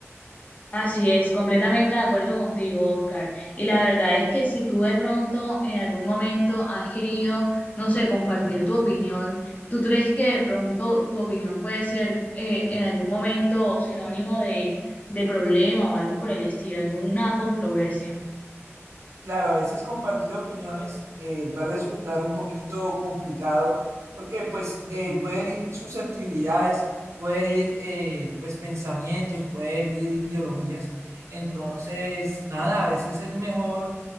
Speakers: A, on the left; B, on the right.
A: Así es, completamente de acuerdo contigo, Oscar. Y la verdad es que si tú de pronto en algún momento has querido, no sé, compartir tu opinión, ¿tú crees que de pronto tu opinión puede ser eh, en algún momento sinónimo de, de problema o algo por el estilo, alguna controversia?
B: Claro, a veces compartir opiniones eh, va a resultar un poquito complicado porque pues eh, puede herir susceptibilidades, puede herir eh, pues pensamientos, puede herir ideologías. Entonces, nada, a veces es mejor